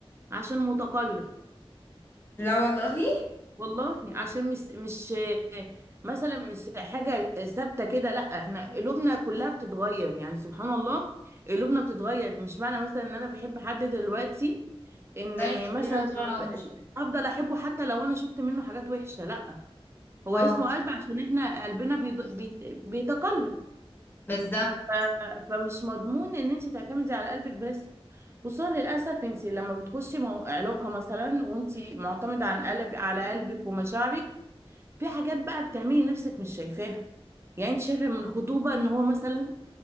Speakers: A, on the right; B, on the left.
A: عشان متقلب
B: لا والله
A: والله عشان مش مش مثلا مش حاجة ثابتة كده لا احنا قلوبنا كلها بتتغير يعني سبحان الله قلوبنا بتتغير مش معنى مثلا ان انا بحب حد دلوقتي ان
B: تفضلي تحبيه
A: مثلا
B: لها طول العمر
A: افضل احبه حتى لو انا شفت منه حاجات وحشة لا هو
B: اه
A: اسمه قلب عشان احنا قلبنا بيض- بيت- بيتقلب
B: بالظبط
A: ف- فمش مضمون ان انت تعتمدي على قلبك بس خصوصا للاسف انت لما بتخشي مو- علاقة مثلا وانت معتمدة عن قلب على قلبك ومشاعرك في حاجات بقى بتعملي نفسك مش شايفاها يعني انت شايفه من الخطوبه ان هو مثلا